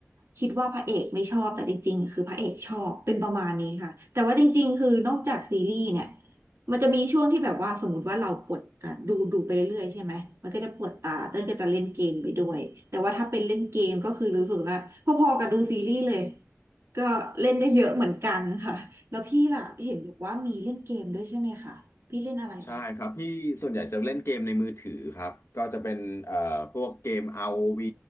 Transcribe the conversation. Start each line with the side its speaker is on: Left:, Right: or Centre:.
Right: คิดว่าพระเอกไม่ชอบแต่จริงๆคือพระเอกชอบเป็นประมาณนี้ค่ะแต่ว่าจริงๆคือนอกจากซีรีส์เนี่ย มันจะมีช่วงที่แบบว่าสมมติว่าเราปวดอ่ะดูดูไปเรื่อยๆใช่ไหมมันก็จะปวดตาเต้นก็จะเล่นเกมไปด้วยแต่ว่าถ้าเป็นเล่นเกมก็คือรู้สึกว่าพอๆกับดูซีรีส์เลยก็เล่นได้เยอะเหมือนกันค่ะแล้วพี่ล่ะเห็นบอกว่ามีเล่นเกมด้วยใช่ไหมคะพี่เล่นอะไรบ้าง
Left: ใช่ครับพี่ส่วนใหญ่จะเล่นเกมในมือถือครับก็จะเป็นเอ่อพวกเกม ROV